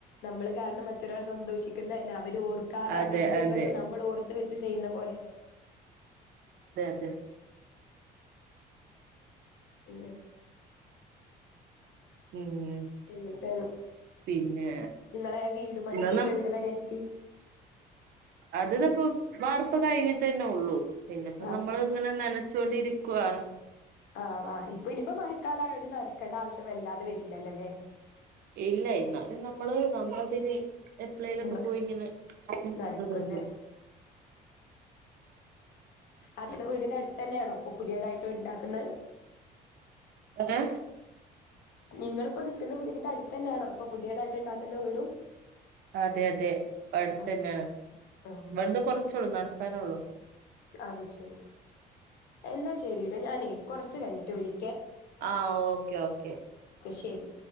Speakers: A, on the left (about 75°); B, on the right (about 65°).
A: നമ്മള് കാരണം മറ്റൊരാൾ സന്തോഷിക്കുന്ന തന്നെ അവര് ഓർക്കാതെ
B: അതെ
A: അവരുടെ
B: അതെ
A: ദിവസം നമ്മൾ ഓർത്ത് വെച്ച് ചെയ്യുന്ന പോലെ
B: തെ
A: <inaudible>
B: ഉം
A: എന്നിട്ട്
B: പിന്നെ
A: നിങ്ങളെ വീടു പണിയൊക്കെ
B: എന്നാ
A: ഇപ്പ ഇവിടെ വരെ എത്തി
B: അത് തപ്പ വാർപ്പ് കഴിഞ്ഞിട്ട് തന്നെ ഉള്ളു പിന്നെ ഇപ്പോ
A: വാർ
B: നമ്മൾ ഇങ്ങനെ ന ച്ചൊണ്ടിരിക്കാണ്
A: ആ ആ ഇപ്പൊ ഇനിപ്പോ മഴക്കാലയോണ്ട് നനക്കേണ്ട ആവശ്യം വല്ലാതെ വരില്ലല്ലോല്ലേ
B: ഇല്ല എന്നാലും നമ്മള് നമ്മളതിന് എപ്ലെലൊക്കെ
A: എന്താ
B: പോയി ഇങ്ങനെ <unintelligible>
A: നനക്കുംല്ലേ
B: ണ്ട്
A: അതിന്റെ വീടിന്റെ അടുത്തന്നെണോ അപ്പൊ പുതിയതായിട്ട് ഇണ്ടാക്കുന്നത്
B: ഏ
A: നിങ്ങളിപ്പോ നിക്കുന്ന വീടിന്റെ അടുത്തെനാണോ ഇപ്പൊ പുതിയതായിട്ട് ണ്ടാക്കുന്ന വീടും
B: അതെ അതെ അടുത്തെന്നെയാണ്
A: ആഹ് ആഹ്
B: ഇവിട്ന്ന് കൊറച്ചോള്ളൂ നടക്കാനേള്ളു
A: അത് ശെരി എന്നാ ശരിട്ടോ ഞാനേ കൊറച് കഴിഞ്ഞിട്ട് വിളി
B: ആ ഓക്കെ ഓക്കെ
A: ശരി